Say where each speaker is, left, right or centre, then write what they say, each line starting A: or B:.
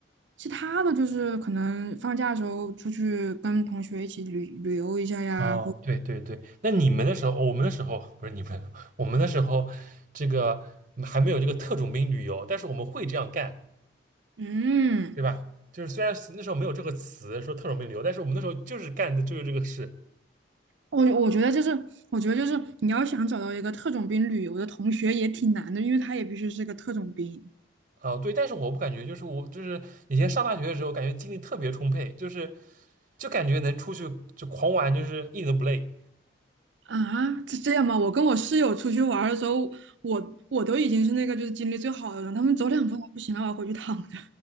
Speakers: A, on the right; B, on the right.
A: 其他的就是可能放假的时候出去跟同学一起旅旅游一下呀，
B: 哦，
A: 或
B: 对对对，那你们的时候，哦我们的时候不是你们，我们的时候，这个还没有这个特种兵旅游，但是我们会这样干，
A: 嗯。
B: 对吧？就是虽然那时候没有这个词说特种兵旅游，但是我们那时候就是干的就是这个事。
A: 我我觉得就是，我觉得就是你要想找到一个特种兵旅游的同学也挺难的，因为他也必须是个特种兵
B: 啊、对，但是我不感觉，就是我就是以前上大学的时候，感觉精力特别充沛，就是就感觉能出去就狂玩，就是一点都不累。
A: 啊，是这样吗？我跟我室友出去玩儿的时候，我我都已经是那个就是精力最好的人，他们走两步不行了，我要回去躺着。